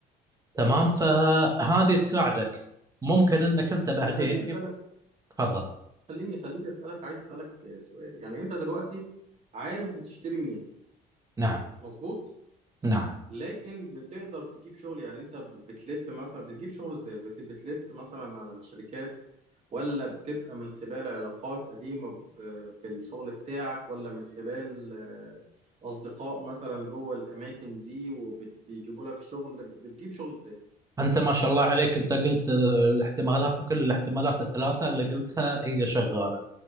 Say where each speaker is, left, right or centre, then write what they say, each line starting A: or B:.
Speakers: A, on the right; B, on the right.
A: تمام فهذه تساعدك ممكن أنك أنت بعدين
B: طب خليني
A: في
B: اسالك
A: تفضل
B: خليني خليني اسالك عايز اسالك آه، سؤال يعني انت دلوقتي عارف بتشتري منين
A: نعم
B: مظبوط
A: نعم
B: لكن بتقدر تجيب شغل يعني انت ب- بتلف مثلا بتجيب شغل ازاي بت- بتلف مثلا على الشركات ولا بتبقى من خلال علاقات قديمة ب- في الشغل بتاعك ولا من خلال آه، أصدقاء مثلا جوه الأماكن دي وبيجيبوا لك شغل بتجيب شغل إزاي؟
A: أنت ما شاء الله عليك أنت قلت آه، الاحتمالات وكل الاحتمالات الثلاثة اللي قلتها هي شغالة